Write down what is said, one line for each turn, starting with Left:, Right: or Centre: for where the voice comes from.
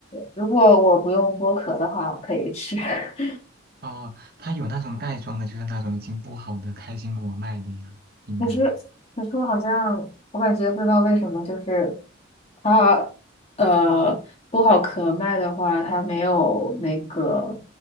Left: 如果我不用剥壳的话，我可以吃。<laughs>
Right: 哦，它有那种袋装的，就是那种已经剥好的开心果卖的呀，应该。
Left: 可是，可是我好像，我感觉不知道为什么，就是它，呃，剥好壳卖的话，它没有那个，